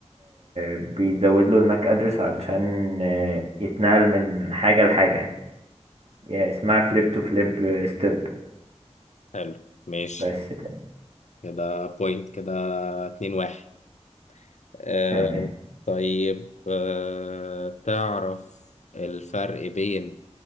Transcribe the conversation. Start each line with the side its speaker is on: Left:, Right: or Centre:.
Right: بيزود له الماك ادرس علشان آه، يتنقل من حاجة لحاجة يعني اسمها فليب تو فليب ستيب
Left: حلو ماشي
Right: بس كده
Left: كده بوينت كده اتنين واحد آه
Right: تمام
Left: طيب آه تعرف الفرق بين